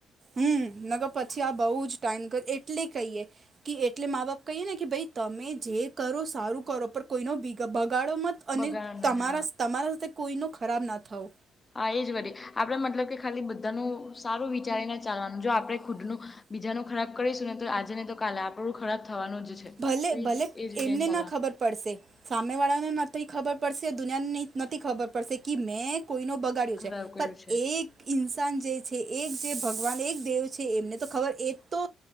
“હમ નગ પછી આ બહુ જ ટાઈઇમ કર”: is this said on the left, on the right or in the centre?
Right